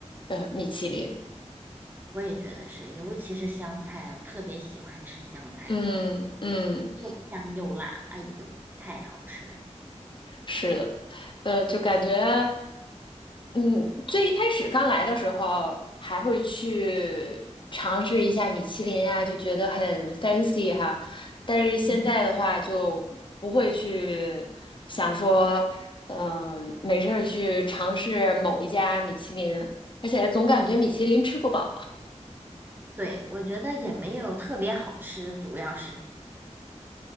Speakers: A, on the left; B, on the right.
A: 呃米其林。
B: 我也觉得是，尤其是香菜，我特别喜欢吃香菜，
A: 嗯嗯，
B: 又香又辣，哎呦，太好吃了。
A: 是的，呃，就感觉。嗯，最一开始刚来的时候，还会去尝试一下米其林啊，就觉得很 fancy 哈。但是现在的话，
B: 嗯，
A: 就不会去想说，嗯、没事儿去尝试某一家米其林，而且总感觉米其林吃不饱。
B: 对，我觉得也没有特别好吃，主要是，